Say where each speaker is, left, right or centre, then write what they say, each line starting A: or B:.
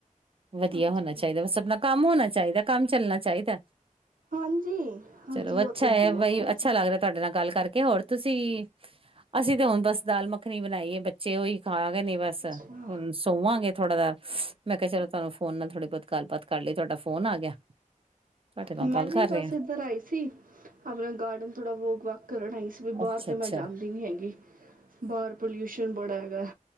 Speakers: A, on the right; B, on the right.
A: ਵਧੀਆ
B: ਹਾਂਜੀ
A: ਹੋਣਾ ਚਾਹੀਦਾ ਬਸ ਆਪਨਾ ਕੰਮ ਹੋਣਾ ਚਾਹੀਦਾ ਕੰਮ ਚੱਲਣਾ ਚਾਹੀਦਾ।
B: ਹਾਂਜੀ ਹਾਂਜੀ
A: ਚਲੋ
B: ਉਹ
A: ਅੱਛਾ
B: ਤੇ ਹੈਗਾ
A: ਹੈ ਬਈ
B: ਹਾਂਜੀ।
A: ਅੱਛਾ ਲੱਗ ਰਿਹਾ ਤੁਹਾਡੇ ਨਾਲ ਗੱਲ ਕਰਕੇ ਹੋਰ ਤੁਸੀਂ? ਅਸੀਂ ਤੇ ਹੁਣ ਬਸ ਦਾਲ ਮੱਖਣੀ ਬਣਾਈ ਹੈ ਬੱਚੇ ਉਹੀ ਆਾ <unintelligible> ਨਹੀਂ। ਬਸ
B: ਅੱਛਾ,
A: ਹੁਣ ਸੋਵਾਂਗੇ ਥੋੜਾ ਜਾ ਮੈਂ ਕਿਹਾ ਚਲੋ ਤੁਹਾਨੂੰ ਫੋਨ ਨਾਲ ਥੋੜੀ ਬਹੁਤ <unintelligible> ਗੱਲਬਾਤ ਕਰ ਲਈ ਤੁਹਾਡਾ ਫੋਨ ਆ ਗਿਆ ਤੁਹਾਡੇ ਨਾਲ
B: ਮੈਂ
A: ਗੱਲ
B: ਵੀ
A: ਕਰ ਰਹੇ
B: ਬਸ
A: ਹਾਂ
B: ਇੱਧਰ ਆਈ ਸੀ ਆਪਣਾ ਗਾਰਡਨ ਥੋੜਾ ਬਹੁਤ ਵਾਕ ਕਰਨ ਆਈ ਸੀ ਵੀ
A: ਅੱਛਾ
B: ਬਾਹਰ ਤੇ
A: ਅੱਛਾ
B: ਮੈਂ ਜਾਂਦੀ ਨੀ ਹੈਗੀ ਬਾਹਰ ਪੋਲਿਊਸ਼ਨ ਬੜਾ ਹੈਗਾ